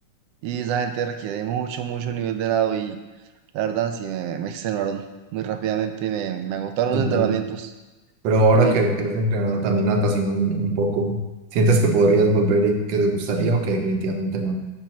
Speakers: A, on the right; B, on the right.
A: Y esa gente requiere mucho, mucho nivel de nado La verdad, sí, me, me extenuaron muy rápidamente y me, me agotaron
B: sí,
A: los entrenamientos.
B: tal. Pero ahora
A: Y me-
B: que, que has entrenado también natación un, un poco, ¿sientes que podrías volver y que te gustaría o que definitivamente no?